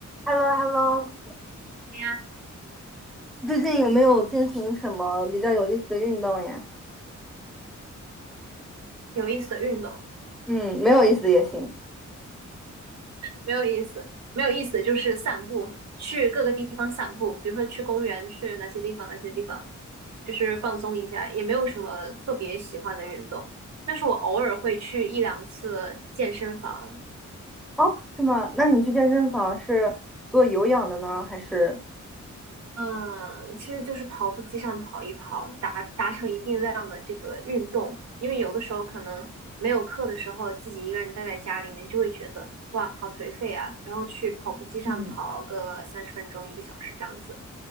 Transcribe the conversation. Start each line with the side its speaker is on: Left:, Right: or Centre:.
Centre: h e l l o h e l l o
Right: 对呀，
Centre: 最近有没有进行什么比较有意思的运动呀？
Right: 有意思的运动，
Centre: 嗯，没有意思的也行。
Right: 没有意思，没有意思就是散步，去各个地方散步，比如说去公园，去哪些地方，哪些地方，就是放松一下，也没有什么特别喜欢的运动。但是我偶尔会去一两次健身房，
Centre: 哦，是吗？那你去健身房是做有氧的呢，还是？
Right: 嗯，其实就是跑步机上跑一跑，达达成一定量的这个运动。因为有的时候可能没有课的时候，自己一个人待在家里面，就会觉得哇，好颓废啊。然后去跑步机上跑个三十分钟、
Centre: 嗯，
Right: 一个小时这样子，